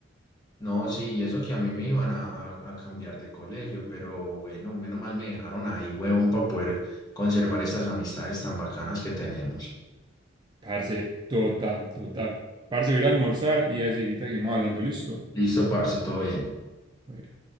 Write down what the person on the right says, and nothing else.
Parce, total, total. Parce, voy a ir a almorzar y ahí seguita seguimos hablando, listo.
Oiga.